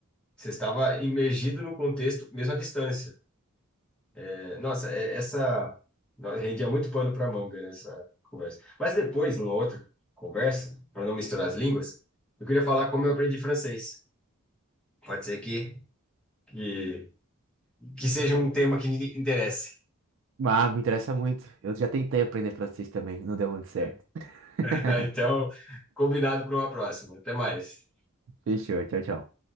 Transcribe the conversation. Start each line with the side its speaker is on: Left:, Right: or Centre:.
Centre: Você estava imergido no contexto, mesmo à distância. É, nossa, é- essa. no- Rendia muito pano para manga nessa conversa. Mas depois, numa outra conversa, para não misturar as línguas, eu queria falar como eu aprendi francês. Pode ser que, que, que seja um tema que interesse.
Right: Ah, me interessa muito. Eu já tentei aprender francês também, não deu muito certo.
Centre: <laughs>
Right: <laughs>
Centre: Então, combinado para uma próxima. Até mais.
Right: Fechou, tchau, tchau.